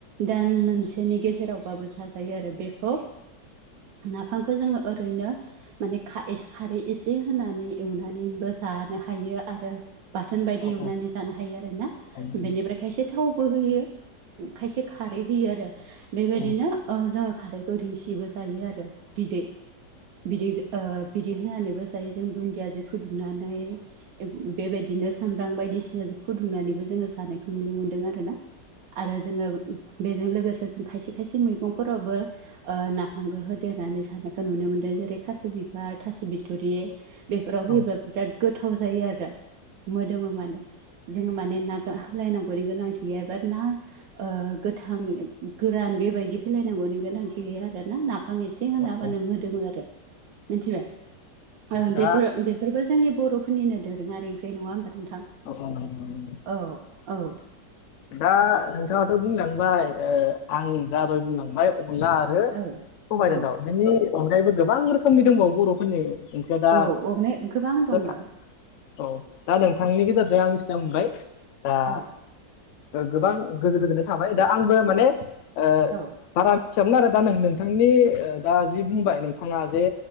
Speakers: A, on the right; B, on the left.
A: दानमोनसेनि गेजेरावबाबो जाजायो आरो बेखौ नाफामखौ जोङो ओरैनो माने खारै एसे होनानै एवनानैबो जानो हायो आरो बाथोन बायदि
B: औ
A: एवनानै
B: औ
A: जानो हायो आरो ना
B: हायो
A: बेनिफ्राय खायसे थाव बोहोयो खायसे खारै होयो आरो
B: औ
A: बेबायदिनो
B: औ
A: ओ जोङो खौ रिसिबो जायो आरो बिदै बिदै ओ बिदि होनानैबो जायो जों दुन्दियाजों फुदुंनानै बेबायदिनो सामब्राम बायदिसिना फुदुंनानैबो जोङो जानायखौ नुनो मोन्दों आरोना आरो जोङो बेजों लोगोसे जों खायसे खायसे मैगंफोरावबो ओ नाफामखो होदेरनानै जानायखौ नुनो मोन्दों जेरै थास' बिबार थास' बिथरि बेफोराव होयोब्लाा
B: औ
A: बिराद गोथाव जायो आरो मोदोमो माने जोङो माने ना <unintelligible> नांगौनि गोनांथि गैया बाद ना ओ गोथां गोरान बेबायदि होलायनांगौ गोनां थिगैया आरोना नाफाम एसें होनाबानो
B: औ औ
A: मोदोमो आरो मिथिबाय ओ
B: दा
A: बेफोर बेफोरबो जोंनि बर'फोरनिनो दोरोङारि ओंख्रि नङा हबा नोंथां?
B: <inaudible>
A: औ औ
B: दा नोंथाङाथ' बुंलांबाय ओ आं जा दहय बुंलांबाय अनला आरो आरो
A: औ
B: सबायदों
A: औ
B: दाउ बेनि अनगायैबो गोबां रोखोमनि दंबावो बर' फोरनि ओंख्रिया दा
A: औ औ गोबां दङ औ
B: <inaudible> औ दा नोंथांनि गेजेरजों आं मिथिना मोनबाय दा
A: औ
B: गोबां गोजो गोजोननाय थाबाय दा आंबो माने ओ
A: औ
B: बारा मिथियामोन आरो दा नों नोंथांनि ओ दा जि बुंबाय नोंथाङा जे